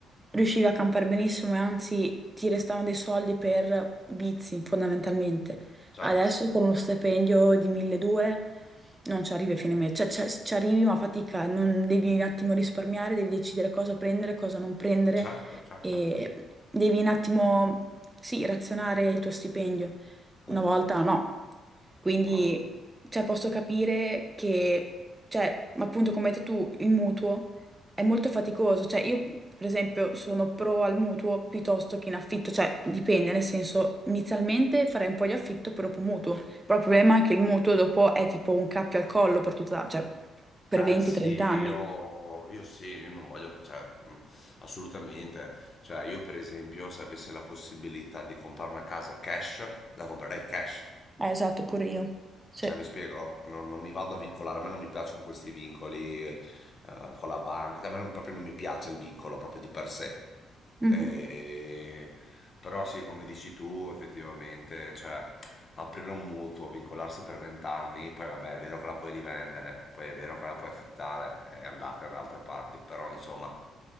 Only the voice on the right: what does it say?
riuscivi a campare benissimo e anzi ti restavano dei soldi per vizi, fondamentalmente.
Adesso con uno stipendio di 1200 non ci arrivi a fine mese, cioè c'è- ci arrivi ma a fatica, non devi un attimo risparmiare, devi decidere cosa prendere, cosa non prendere
e devi un attimo, sì, razionare il tuo stipendio. Una
volta no. Quindi,
cioè, posso capire che, cioè, ma appunto, come hai detto tu, il mutuo è molto faticoso. Cioè, io, per esempio, sono pro al mutuo piuttosto che in affitto. Cioè, dipende, nel senso, inizialmente farei un po' di affitto e dopo mutuo. Però il problema è che il mutuo dopo è tipo un cappio al collo per tutta, cioè, per
20-30
anni.
Eh, esatto, pure io. Sì.
Mhm.